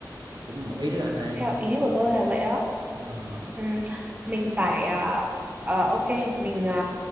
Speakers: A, on the right; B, on the right.
A: cũng là một ý rất là hay.
B: theo ý của tôi là vậy đó
A: Ờ.
B: Ừ, mình phải ờ, ờ, ok mình ờ,